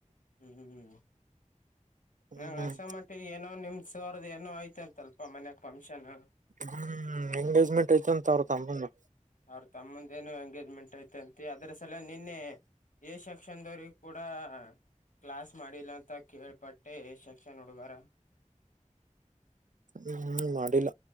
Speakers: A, on the left; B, on the right.
A: ಹ್ಮ್ ಹ್ಮ್
B: ಹ್ಮ್
A: ನಂಗ್ ಹಸಮಟ್ಟಿಗೆ ಏನೋ ನಿಮ್ ಸೋರ್ದ ಏನೋ ಆ ಐತ್ ಅಂತಾಲಪ್ಪ ಮನ್ಯಾಗ ಫಂಕ್ಷನ್
B: ಹ್ಮ್ ಎಂಗೇಜ್ಮೆಂಟ್ ಐತ ಅಂತ ಅವ್ರ್ ತಮ್ಮಂದು
A: ಅವ್ರ ತಮ್ಮಂದ ಏನು ಎಂಗೇಜ್ಮೆಂಟ್ ಐತೆ ಅಂತ ಅದ್ರಸಲಗ್ ನಿನ್ನೆ ಎ ಸೆಕ್ಷನ್ದ್ <unintelligible> ಕೂಡ ಕ್ಲಾಸ್ ಮಾಡಿಲ್ಲ ಅಂತ ಕೇಳ್ಪಟ್ಟೆ ಸೆಕ್ಷನ್ ಹುಡುಗಾರ
B: ಹ್ಮ್ ಮಾಡಿಲ್ಲ